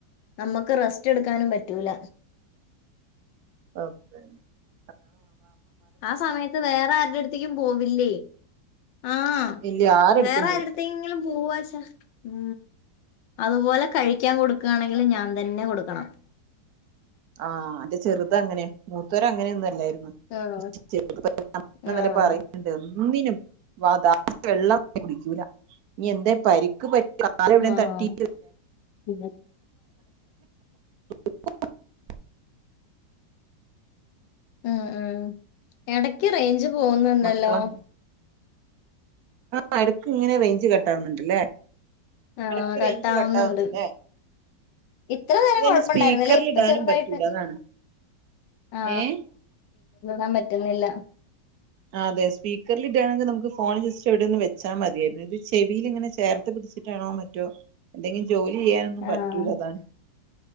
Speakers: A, on the left; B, on the right.
A: നമുക്ക് റെസ്റ്റ് എടുക്കാനും പറ്റൂല
B: അത
A: ആ സമയത്ത് വേറെ ആരുടെ അടുത്തേക്കും പോവില്ലേ ആഹ
B: ഇല്ല ആരെടുത്തും
A: വേറെ
B: പോവും
A: ആരുത്തെങ്കിലും പോവാവാ ഉ അതുപോലെ കഴിക്കാൻ കൊടുക്കയാണെങ്കിൽ ഞാൻ തന്നെ കൊടുക്കണം
B: ആഹ് അന്റെ ചെറുത അങ്ങനെ മൂത്തോര അങ്ങനെയ ഒന്നുംല്ല
A: ആഹ് ആഹ്
B: പറയുന്നുണ്ട് ഒന്നിനും വാ വെള്ളം കുടിക്കൂല നനി എന്താ പരിക്ക് പറ്റ കാല ഉട
A: ആഹ്
B: തട്ടി
A: ഉം
B: <unintelligible>
A: ഉം ഉം ഇടക്ക് റേഞ്ച് പോകുന്നുണ്ടല്ലോ
B: മക്കളാ ആ എടക്കഇങ്ങനെ റേഞ്ച് കട്ടാവുന്നുണ്ട്ല്ലേ
A: ആഹ
B: എടക്ക്
A: കട്ട
B: റേഞ്ച്
A: ആവുന്നുണ്ട്
B: കട്ടാവുന്നുണ്ട്ല്ലേ
A: ഇത്ര നേരം
B: ഇതയ്ന്
A: കൊഴപ്പുണ്ടായിരുന്നല്ലേ
B: സ്പീക്കറിൽ
A: ഇപ്പൊ
B: ഇടാനും
A: ചെറുതായിട്ട്
B: പറ്റൂല അതാണ്
A: ആ
B: ഏഹ്
A: ണാൻ പറ്റുന്നില്ല
B: അതെ സീക്കറിൽ ഇടുകവാണെങ്കിൽ നമുക്ക് ഫോൺ ജസ്റ്റ് എവിയ ഒന്ന് വെച്ചാ മതിയായിരുന്നു ഇത് ചെവിൽ ഇങ്ങനെ ചേർ ട്ടാണോ മറ്റോ എന്തെങ്കിലും ജോലി ചെയ്യാനൊന്നും
A: ആഹ്
B: പറ്റൂല അതാണ്